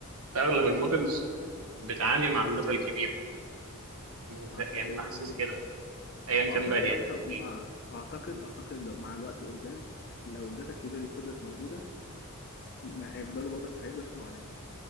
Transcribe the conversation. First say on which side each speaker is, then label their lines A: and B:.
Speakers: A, on the right; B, on the left.
A: أغلب المودلز بتعاني مع الداتا الكبيرة يعني متهيأ-
B: وعشان
A: يعني
B: كده
A: أنا حاسس
B: آه، يعني
A: كده أيا
B: واعتقد
A: كان بقى هي
B: على
A: كانت
B: فكره مع
A: إيه
B: اعتقد اعتقد لو مع الوقت قدام لو الداتا الكبيره دي فضلت موجوده ما هيفضلوا برضك هيفضل في معاناه